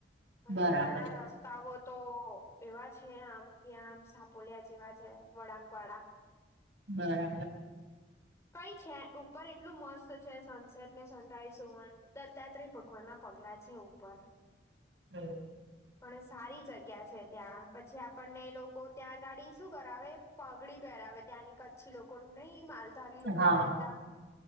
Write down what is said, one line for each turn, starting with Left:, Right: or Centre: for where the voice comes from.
Left: અને
Right: બરાબર
Left: ત્યાંના રસ્તાઓ તો એવા છે આમ ત્યાં આ સાપોલિયા જેવા છેે વડાકવાડા
Right: બરાબર
Left: કઈ છે ઉપર એટલું મસ્ત છે સનસેટ ને સનરાઈઝ જોવાનું દત્તાત્રેય ભગવાન ના પગલા છે ઉપર
Right: હમ્મ
Left: પણ સારી જગ્યા છે ત્યાં પછી આપણને લોકો ત્યાં ગાળી શું કરાવે પગડી પહેરાવે ત્યાંની કચ્છી લોકો નિહ માલ ધારી લોકો
Right: હા
Left: પહેરતા